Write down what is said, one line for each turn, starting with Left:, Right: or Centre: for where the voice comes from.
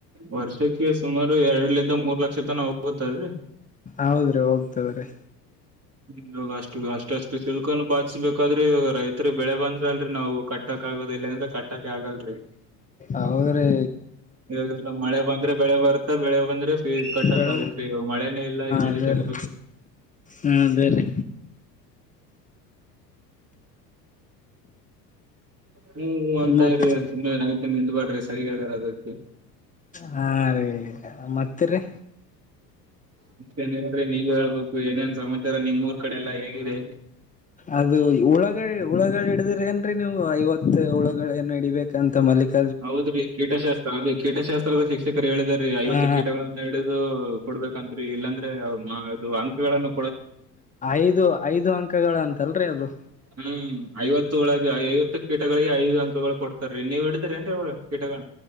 Right: ವರ್ಷಕ್ಕೆ ಸುಮಾರು ಎರಡಲಿಂದ ಮೂರ್ ಲಕ್ಷ ತನ ಹೋಗತದ್ರೀ.
Left: ಹೌದ್ರಿ ಹೋಗ್ತಇದಾರೆ.
Right: ಇವಾಗ ಅಷ್ಟು ಅಷ್ಟ ಅಷ್ಟು ಸಿಲ್ಕನ್ನು ಬಾದ್ಬೇಕಾದ್ರೆ ರೈತರಿ ಬೆಳೆ ಬಂದ್ರ ಅಲ್ರೀ ನಾವು ಕಟ್ಟ. ಕಟ್ಟಕ್ ಆಗೋದು ಇಲ್ಲದಂದ ಕಟ್ಟಾಕ ಆಗಲರಿ.
Left: ಹೌದ್ರೀ
Right: ಹೇಳಡ್ರಿ ಮಳೆ ಬಂದ್ರೆ ಬೆಳೆ ಬರ್ತ್ತಾ ಬೆಳೆ ಬಂದ್ರೆ ಫೀ ಕಟ್ಟಕ್
Left: ಬೆಳ
Right: ಆಗತ್ರಿ ಇವಾಗ ಮಳೆನೇ ಇಲ್ಲ
Left: ಅದೇ
Right: ಕಟ್ಟ. <unintelligible>
Left: ರೀ ಹಾ ಅದೇ ರೀ.
Right: ಹ್ಮ್ ಹ್ಮ್ ಅಂತ
Left: ಮತ್
Right: ಇರಿ ಸುಮ್ನೆ <unintelligible> ಬಾಡ್ರಿ ಸರಿಗಾಗಲ್ಲ ಅದಕ್ಕೆ.
Left: ಹಾ ರೀ ಮತ್ತರಿ.
Right: ಮತ್ತೇನಿಲ್ಲ್ರಿ ನೀವ ಹೇಳ್ಬೇಕು ಏನೇನ್ ಸಮಾಚಾರ ನಿಮ್ಮ್ ಊರ್ ಕಡೆ ಎಲ್ಲಾ ಹೇಗಿದೆ?
Left: ಅದು ಹುಳಗಳ ಹುಳಗಳು ಹಿಡಿದಿರ್ ಏನ್ರೀ ನೀವು ಐವತ್ತು ಹುಳಗಳೇನು ಹ ಹಿಡಿಬೇಕ ಕಾಂತ್ ಮಲ್ಲಿಕ
Right: ಹೌದ್ರೀ ಕೀಟಶಾಸ್ತ್ರ ಅಲ್ಲಿ ಕೀಟಶಾಸ್ತ್ರದ ಶಿಕ್ಷಕರು ಹೇಳಿದಾರ್ರೀ ಐವತ್ತು
Left: ಆ
Right: ಕೀಟಗಳನ್ನ ಹಿಡ ಇದು ಕೊಡ್ಬೇಕಂತ್ರಿ ಇಲ್ಲಾಂದ್ರ ಅದು ಅಂಕಗಳನ್ನು
Left: ಐದು ಐದು ಅಂಕಗಳ ಅಂತಲ್ರಿ ಅದು.
Right: ಹ್ಮ್ ಐವತ್ತು ಒಳಗೆ ಐವತ್ತು ಕೀಟಗಳಿಗೆ ಐದು ಅಂಕಗಳು ಕೊಡ್ತಾರೀ ನೀವು ಹಿಡಿದ್ರಿ ಏನ್ರಿ ಒಳ ಕೀಟಗಳ?